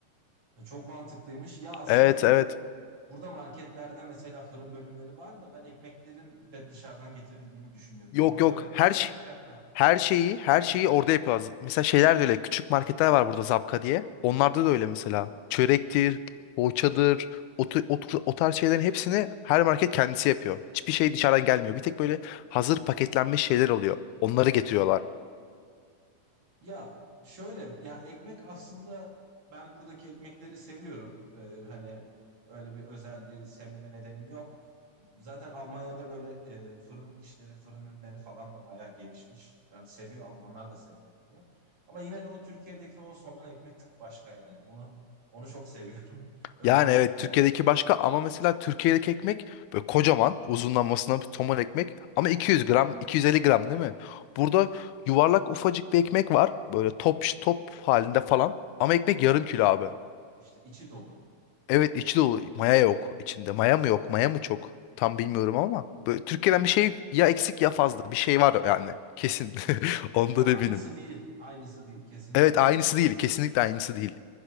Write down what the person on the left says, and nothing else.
Evet
evet.
Yok
yok
her şey
Her şeyi, her şeyi orada yapıyoruz. Mesela şeyler de öyle. Küçük marketler var burada Zapka diye. Onlarda da öyle mesela. Çörektir, poğaçadır, o, tu- o, tu- o tarz şeylerin hepsini her market kendisi yapıyor. Hiçbir şey dışarıdan gelmiyor. Bir tek böyle hazır paketlenmiş şeyler oluyor. Onları getiriyorlar.
Yani evet
Türkiye'deki başka ama mesela Türkiye'deki ekmek böyle kocaman uzunlamasına bir somon ekmek ama 200 gram 250 gram değil mi? Burada yuvarlak ufacık bir ekmek var böyle top top halinde falan ama ekmek yarım kilo abi.
Evet içi dolu. Maya yok içinde. Maya mı yok? Maya mı çok? Tam bilmiyorum ama. Böyle Türkiye'den bir şey ya eksik ya fazla. Bir şey var yani. Kesin. <laughs> Ondan
eminim.
Evet
aynısı değil.
Kesinlikle aynısı değil.